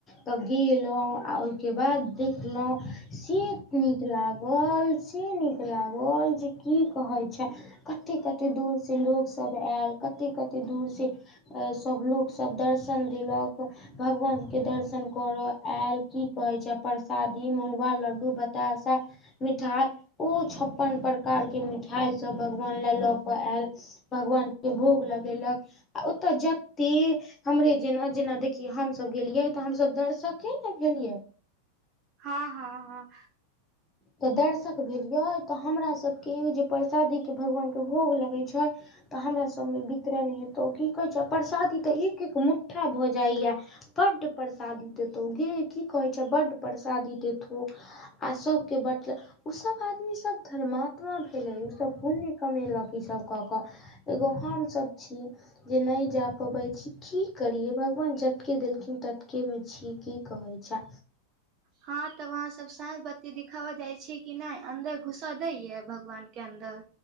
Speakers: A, on the left; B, on the right.
A: तऽ गेलों आ ओय के बाद देखलहुं, से नीक लागल-से नीक लागल जे की कहय छै, कते-कते दूरसँ लोकसब ऐल कते-कते दूरसें अ सब लोकसब दर्शन देलक भगवानके दर्शन करऽ आयल की कहैय छै, प्रसादी मुगंबा लड्डू, बताशा मिठाइ ओ छप्पन प्रकारके मिठाइ सब भगवान ले लऽ कऽ ऐल भगवान के भोग लगेलक, आ ओतऽ जते हमरे जेना-जेना देखिही, हमसब गेलियै तऽ हमसब दर्शके ने भेलियै
B: हँ-हँ-हँ
A: तऽ दर्शक भेलियै, त हमरा सबके ओ जे परसादीके भगवानके भोग लगय छय तऽ हमरासब मे वितरण हेतौ की कहयछै, प्रसादी तऽ एक एक मुठ्ठा भऽ जाययैं। बड्ड प्रसादी देतौ गे की कहय छै, बड्ड परसादी देथौ आ सब के बटला उसब आदमीसब धर्मात्मा भेलय, उसब पुण्य कमेलक ईसब कऽ कऽ एगो हमसब छी। जे नहि जा पबय छी, की करियै भगवान जतके देलखिन, ततके मे छी की कहय छैए।
B: हँं तब अहाँ सब सांझ बात्ती दिखाबऽ जाइ छियै की नहि, अन्दर घुसऽ दैये भगवान के अन्दर